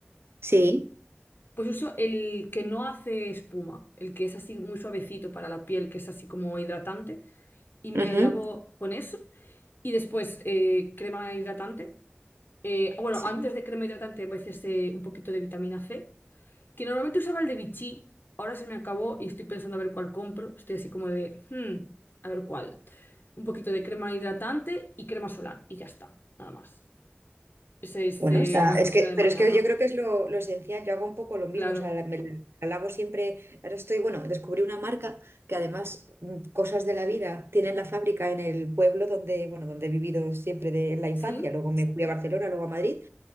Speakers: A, on the right; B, on the left.
A: sí.
B: Pues uso el que no hace espuma, el que es así muy suavecito para la piel, que es así como hidratante, y me
A: ujú,
B: lavo con eso. Y después eh, crema hidratante. Eh, bueno,
A: Sí.
B: antes de crema hidratante, a veces eh, un poquito de vitamina C, que normalmente usaba el de Vichy, ahora se me acabó y estoy pensando a ver cuál compro. Estoy así como de, "Hmm, a ver cuál. Un poquito de crema hidratante y crema solar, y ya está, nada más. Esa es
A: Bueno,
B: eh,
A: está,
B: mi rutina
A: es que,
B: de
A: pero
B: mañana.
A: es que yo creo que es lo, lo esencial, yo hago un poco lo mismo,
B: Claro,
A: o sea, la- me la alabo siempre, ahora estoy, bueno, descubrí una marca que además mm, cosas de la vida tienen la fábrica en el pueblo donde, bueno, donde he vivido siempre de la infancia,
B: ¿sí?
A: luego me fui a Barcelona, luego a Madrid,